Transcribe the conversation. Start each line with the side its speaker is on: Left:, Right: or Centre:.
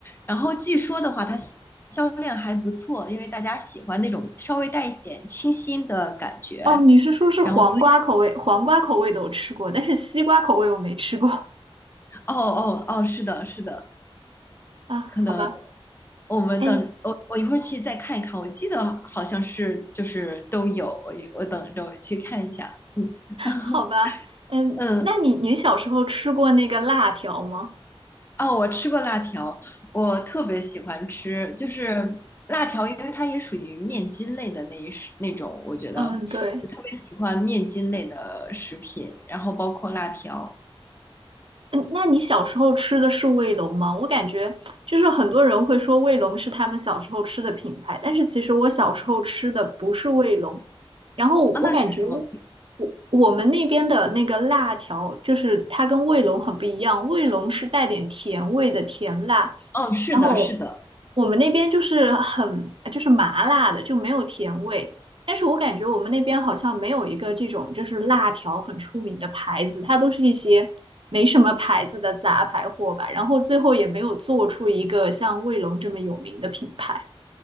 Left: 然后据说的话，它销量还不错，因为大家喜欢那种稍微带一点清新的感觉。
Right: 哦，你是说是黄瓜口味？
Left: 然后，
Right: 黄瓜口味的我吃过，但是西瓜口味我没吃过 <laughs>
Left: 哦哦哦，是的，是的。
Right: 啊。
Left: 可能
Right: 好吧，
Left: 我们等我我一会儿去再看一看，
Right: 哎，
Left: 我记得好像是就是都有，我我等着我去看一下。嗯 <laughs>
Right: 好吧，嗯，
Left: 嗯，
Right: 那你你小时候吃过那个辣条吗？
Left: 哦，我吃过辣条，我特别喜欢吃，就是辣条，因为它也属于面筋类的那一食那种，我觉得我特别喜欢面筋类的食品，
Right: 嗯，对，
Left: 然后包括辣条
Right: 嗯，那你小时候吃的是卫龙吗？我感觉就是很多人会说卫龙是他们小时候吃的品牌，但是其实我小时候吃的不是卫龙，然后我感觉。
Left: 啊，那是什么？
Right: 我我们那边的那个辣条，就是它跟卫龙很不一样，卫龙是带点甜味的甜辣，
Left: 哦，是的，
Right: 然后
Left: 是的，
Right: 我们那边就是很就是麻辣的，就没有甜味。但是我感觉我们那边好像没有一个这种就是辣条很出名的牌子，它都是一些没什么牌子的杂牌货吧。然后最后也没有做出一个像卫龙这么有名的品牌。